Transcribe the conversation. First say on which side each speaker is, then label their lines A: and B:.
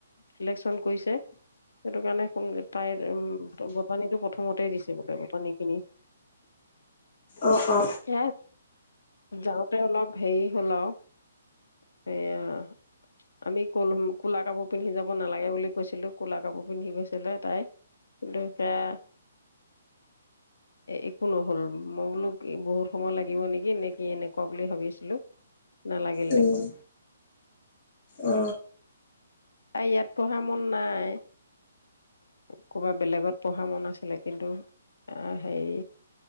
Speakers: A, on the left; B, on the left.
A: চিলেকচন কৰিছে সেইটো কাৰণে সংগত তাইৰ উম পানীটো প্ৰথমতেই দিছে বোলে ব পানী কিনি
B: অ অ
A: সে যাওঁতে অলপ হেৰি হ'ল আৰু এয়া আমি কল কলা কাপোৰ পিন্ধি যাব নালাগে বুলি কৈছিলো ক'লা কাপোৰ পিন্ধি গৈছিলে তাই কিন্তু সেয়া একো নহল মই বোলো বহুত সময় লাগিব নেকি নে কিি এনেকুৱা বুলি ভাবিছিলো নালাগিল
B: উম
A: দেখোন,
B: অ
A: তাই ইয়াত পঢ়াৰ মন নাই এ ক'বাত বেলেগত পঢ়া মন আছিলে কিন্তু আহ হেৰি